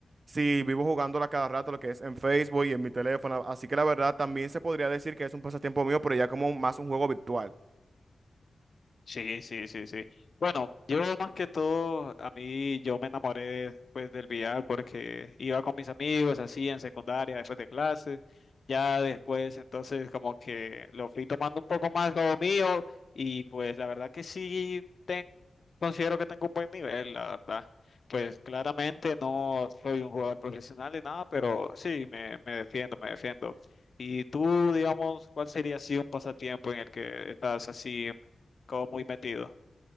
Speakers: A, on the right (about 45°); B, on the left (about 50°).
A: Sí, vivo jugándola cada rato, lo que es en Facebook y en mi teléfono. Así que la verdad también se podría decir que es un pasatiempo mío, pero ya como más un juego virtual.
B: Sí, sí, sí, sí. Bueno, yo más que todo, a mí yo me enamoré pues del VR porque iba con mis amigos así en secundaria, después de clases, ya después entonces como que lo fui tomando un poco más como mío y pues la verdad que sí ten- considero que tengo un buen nivel, la verdad. Pues claramente no soy un jugador profesional ni nada, pero sí, me, me defiendo, me defiendo. Y tú, digamos, ¿cuál sería así un pasatiempo en el que estás así? como muy metido.